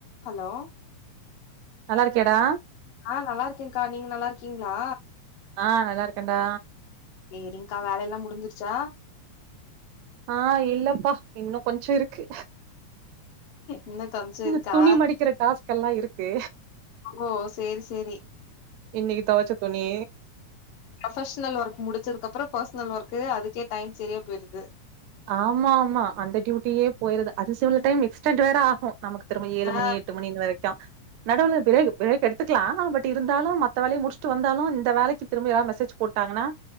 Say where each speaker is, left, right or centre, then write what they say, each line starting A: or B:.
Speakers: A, on the left; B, on the right.
A: Hello
B: நல்லா இருக்கியாடா
A: ஆ நல்லா இருக்கேங்க்கா நீங்க நல்லா இருக்கீங்ளா
B: ஆ நல்லா இருக்கன்டா
A: சேரிங்க்கா வேலையெல்லா முடிஞ்சிருச்சா
B: ஆ இல்லப்பா இன்னு கொஞ்சொ இருக்கு
A: இன்னு கொஞ்சோ
B: இந்த
A: இருக்கா
B: துணி மடிக்கிற டாஸ்க் எல்லா இருக்கு
A: ஓ சேரி சேரி
B: இன்னக்கி தொவச்ச துணி
A: ப்ரொஃபஷ்னல் ஒர்க் முடிச்சதுக்கப்றொ பர்ஸ்னல் ஒர்க்கு அதுக்கே டைம் சரியா பொய்ருது
B: ஆமா ஆமா அந்த டியூட்டியே போய்ருது அது செல டைம் எக்ஸ்டெண்ட் வேற ஆகு நமக்கு திரும்ப ஏழு
A: ஆ
B: மணி எ ட்டு மணி வரைக்கு நடுவுல பிரேக் ப்ரேக் எடுத்துக்லா பட் டிருந்தாலு மத்த வேலய முடிச்ட்டு வந்தாலு இந்த வேலக்கி திரும்ப யாரா மெசேஜ் போட்டாங்கன்னா